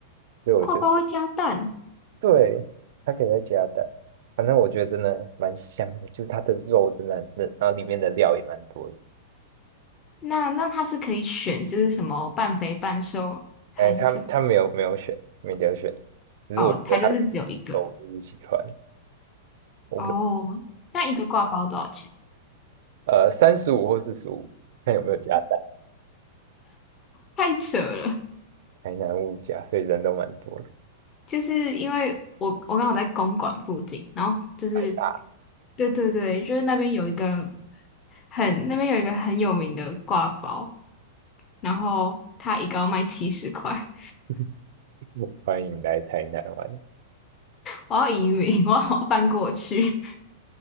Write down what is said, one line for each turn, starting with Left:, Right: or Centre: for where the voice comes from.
Right: 所以我觉得
Left: 挂包会加蛋，
Right: 对，它可以再加蛋。反正我觉得真的蛮香的，就是它的肉真的很嫩然后里面的料也蛮多的。
Left: 那那它是可以选，就是什么半肥半瘦还是什么？
Right: 哎，他他没有没有选，没得选，只是我觉得他
Left: 哦，它就是只有一个
Right: 肉我就是喜欢，我不知道。
Left: 哦，那一个挂包多少钱？
Right: 呃，三十五或四十五，看有没有加蛋。
Left: 太扯了，
Right: 台南物价，所以人都蛮多的。
Left: 就是因为我我刚好在公馆附近，然后就是
Right: 太大，
Left: 对对对，就是那边有一个很那边有一个很有名的挂包，然后它一个要卖七十块，
Right: <laughs> 欢迎来台南玩。
Left: 我要移民，我要搬过去。